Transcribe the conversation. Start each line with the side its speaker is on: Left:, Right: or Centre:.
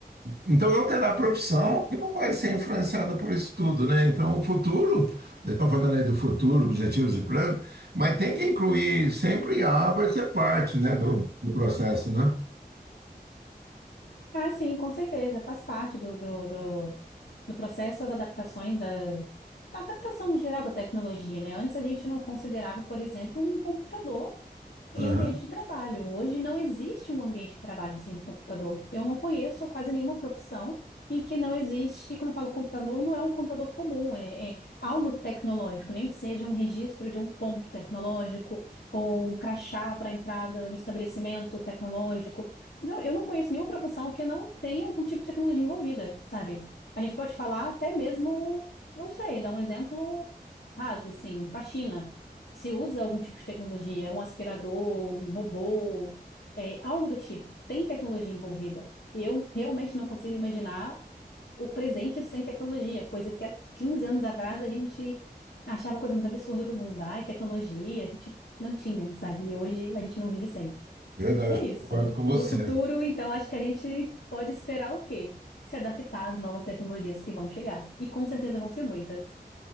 Right: Então não terá profissão que não vai ser influenciada por isso tudo, né? Então o futuro, né, estão falando aí do futuro, objetivos e plano, mas tem que incluir sempre a IA vai ser parte, né, do, do processo, né?
Left: Ah, sim, com certeza. Faz parte do, do, do, do processo as adaptações da, da adaptação geral da tecnologia, né? Antes a gente não considerava, por exemplo, um computador. Em
Right: Aham.
Left: ambiente de trabalho. Hoje não existe um ambiente de trabalho sem um computador. Eu não conheço quase nenhuma profissão em que não existe, quando eu falo computador, não é um computador comum, é, é algo tecnológico, nem que seja um registro de um ponto tecnológico ou um crachá para entrada no estabelecimento tecnológico. Não, eu não conheço nenhuma profissão que não tenha algum tipo de tecnologia envolvida, sabe? A gente pode falar até mesmo, não sei, dar um exemplo raso, assim, faxina. Se usa algum tipo de tecnologia, um aspirador, um robô, é, algo do tipo. Tem tecnologia envolvida. Eu realmente não consigo imaginar o presente sem tecnologia, coisa que há 15 anos atrás a gente achava a coisa mais absurda do mundo. Ai, tecnologia, a gente não tinha, sabe? E hoje a gente não vive sem.
Right: Verdade,
Left: É isso.
Right: concordo com você.
Left: Para o futuro, então, acho que a gente pode esperar o quê? Se adaptar às novas tecnologias que vão chegar. E com certeza vão ser muitas.